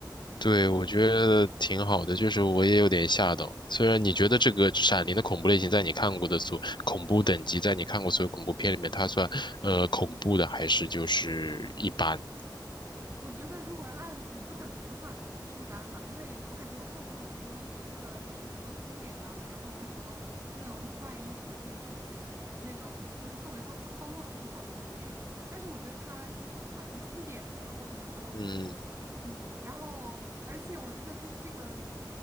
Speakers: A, on the left; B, on the right.
A: 对，我觉得挺好的，就是我也有点吓到。虽然你觉得这个《闪灵》的恐怖类型，在你看过的所恐怖等级，在你看过所有恐怖片里面，它算呃恐怖的，还是就是一般？
B: 我觉得如果按恐怖等级的话，可能就是一般吧，因为我感觉我看过很多，就是比这个就是很多秃脸啊，然后很多就那种很怪异、很诡异的氛围啊的那种，就是氛围托烘托的很好的恐怖电影。但是我觉得它蛮经典的，我只能说，
A: 嗯，
B: 嗯，然后而且我觉得就是这个